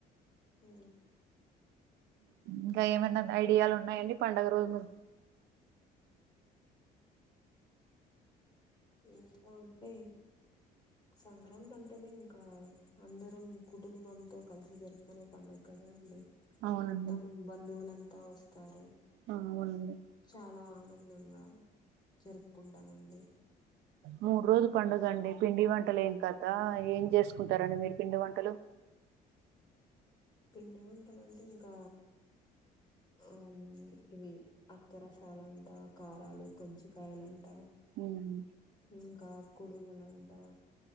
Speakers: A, on the left (about 25°); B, on the right (about 90°).
A: హ
B: ఇంకా ఏమన్న ఐడియాలు ఉన్నాయండి పండుగ రోజు ము
A: ఇంకా అంటే సంక్రాంతి అంటేనే ఇంకా అందరం కుటుంబంతో కలిసి జరుపుకునే పండుగ కదా అండి
B: అవునండి
A: మొత్తం బంధువులంతా వస్తారు.
B: ఆ, అవునండి
A: చాలా ఆనందంగా జరుపుకుంటామండి
B: మూడు రోజు పండుగండి పిండి వంట్ వంటలేం కథ ఏం చేసుకుంటారండి మీరు పిండి వంటలు
A: పిండి వంటాలంటే ఇంకా ఆ ఇవి అత్తరసాలుంట కారాలు కజ్జికయలు
B: ఉమ్,
A: ఇంకా కుడుములంట